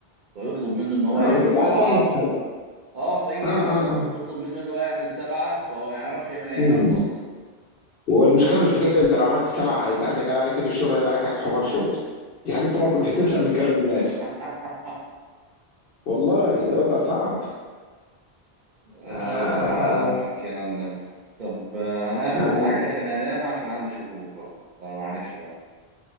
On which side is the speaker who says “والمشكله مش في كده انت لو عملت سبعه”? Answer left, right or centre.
Left